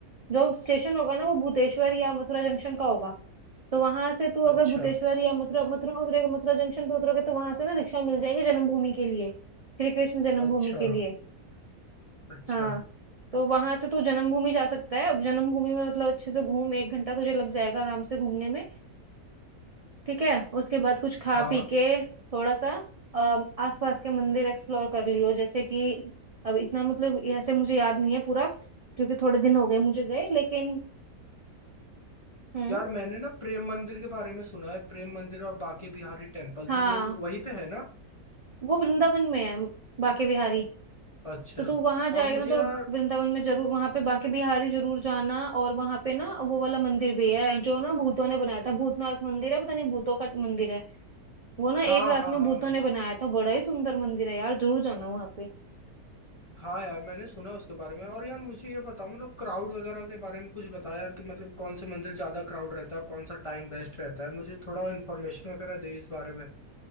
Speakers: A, on the right; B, on the left.
A: जो स्टेशन होगा ना वो भूतेश्वर या मथुरा जंक्शन का होगा तो वहां से तू अगर
B: अच्छा
A: भूतेश्वर या मथुरा मथुरा उतरेगा मथुरा जंक्शन पे उतरोगे तो वहां से ना रिक्शा मिल जाएंगे जन्मभूमि के लिए श्री कृष्ण जन्मभूमि
B: अच्छा
A: के लिए
B: अच्छा
A: हाँ तो वहां से तू जन्मभूमि जा सकता है जन्मभूमि में मतलब अच्छे से घूम एक घंटा तुझे लग जाएगा आराम से घूमने में ठीक है उसके बाद कुछ खा
B: हाँ
A: पी के थोड़ा सा अम, आसपास के मंदिर एक्सप्लोर कर लियो जैसे कि अब इतना मतलब ऐसे मुझे याद नहीं है पूरा क्योंकि थोड़े दिन हो गए मुझे गए लेकिन हम्म
B: यार मैंने ना प्रेम मंदिर के बारे में सुना है प्रेम मंदिर और बाके बिहारी टेम्पल
A: हाँ
B: तो वो वहीं पे है ना
A: वो वृंदावन में है बांके बिहारी
B: अच्छा
A: तो तू वहां जाएगा
B: और मुझे
A: ना
B: यार
A: तो वृंदावन में जरूर वहां पे बांके बिहारी जरूर जाना और वहां पे ना वो वाला मंदिर भी है जो ना भूतों ने बनाया था भूतनाथ मंदिर है पता नहीं भूतों का मंदिर है वो ना
B: हाँ
A: एक रात
B: हाँ
A: में
B: हाँ
A: भूतों ने बनाया था बड़ा ही सुंदर मंदिर है यार जरूर जाना वहां पे
B: हाँ यार मैंने सुना उसके बारे में और यार मुझे ये बताओ मतलब क्राउड वगैरह के बारे में कुछ बताया यार कि मतलब कौन से मंदिर ज्यादा क्राउड रहता है कौन सा टाइम बेस्ट रहता है मुझे थोड़ा इन्फॉर्मेशन वगैरह दे इस बारे में